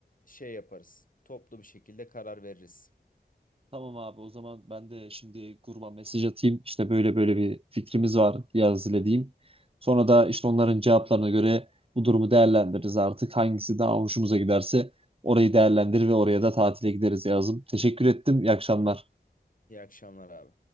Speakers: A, on the left; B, on the right.
A: şey yaparız. Toplu bir şekilde karar veririz.
B: Tamam abi o zaman ben de şimdi gruba mesaj atayım. İşte böyle böyle bir fikrimiz var yaz ile diyeyim. Sonra da işte onların cevaplarına göre bu durumu değerlendiririz artık. Hangisi daha hoşumuza giderse orayı değerlendirir ve oraya da tatile gideriz yazım. Teşekkür ettim. İyi akşamlar.
A: İyi akşamlar abi.